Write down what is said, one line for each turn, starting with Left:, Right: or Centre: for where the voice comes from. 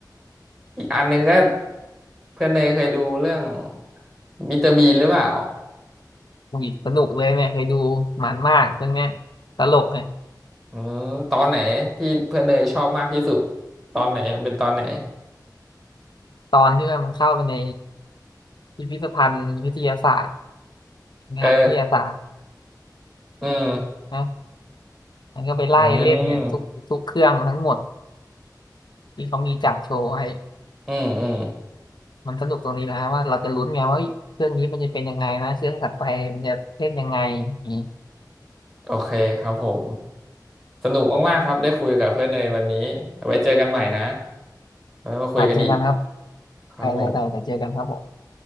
Centre: อีกอันหนึงก็เพื่อนเนยเคยดูเรื่องมิสเตอร์บีนหรือเปล่า
Left: อุ้ยสนุกเลยเนี่ยเคยดูมันมากเรื่องเนี้ยตลกไง
Centre: อืมตอนไหนที่เพื่อนเนยชอบมากที่สุดตอนไหนมันเป็นตอนไหน
Left: ตอนที่ว่ามันเข้าไปในพิพิธภัณฑ์วิทยาศาสตร์งานวิทยาศาสตร์
Centre: เอออืม
Left: นะมันก็ไปไล่เล่นเนี่ยทุกทุกเครื่องทั้งหมด
Centre: อืม
Left: ที่เขามีจัดโชว์ไว้
Centre: อืมอืม
Left: มันสนุกตรงนี้นะว่าเราจะลุ้นไงว่าเฮ้ยเครื่องนี้มันจะเป็นยังไงนะเครื่องถัดไปมันจะเล่นยังไงอย่างนี้
Centre: โอเคครับผม สนุกมากๆครับ ได้คุยกับเพื่อนเนยวันนี้ไว้เจอกันใหม่นะไว้มาคุยกันอีก
Left: อาจเจอกันครับ
Centre: ครับผม
Left: ไปๆๆเดี๋ยวเจอกันครับผม